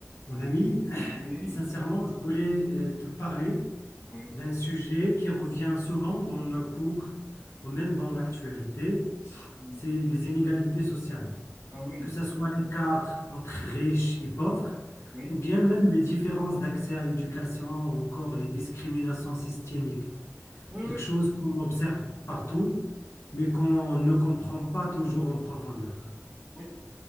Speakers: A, on the left; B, on the right.
A: Mon ami,
B: Oui,
A: sincèrement, je voulais euh, te parler
B: oui.
A: d'un sujet qui revient souvent dans nos
B: Mm,
A: cours ou
B: mm,
A: même dans l'actualité,
B: mm.
A: c'est les inégalités sociales,
B: Ah oui,
A: que ce soit l'écart entre riches et pauvres,
B: oui,
A: ou bien même les différences d'accès à l'éducation, ou encore les discriminations systémiques,
B: oui,
A: quelque
B: oui.
A: chose qu'on observe partout, mais qu'on
B: Ah,
A: ne comprend pas toujours en profondeur.
B: oui,